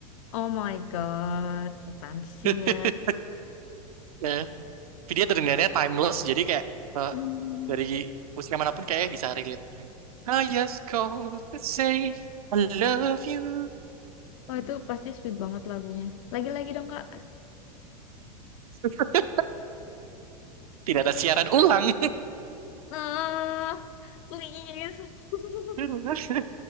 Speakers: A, on the left (about 55°); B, on the right (about 70°).
A: Oh my God, setan sih
B: <laughs>
A: ya.
B: Eh, Tapi dia terdengarnya timeless, jadi kayak eh,
A: Hmm.
B: dari usia manapun kayak bisa relate. I just call to say I love you.
A: Oh itu pasti sweet banget lagunya. Lagi-lagi dong Kak.
B: <laughs> Tidak ada siaran ulang.
A: Ah, please. <laughs>
B: <laughs>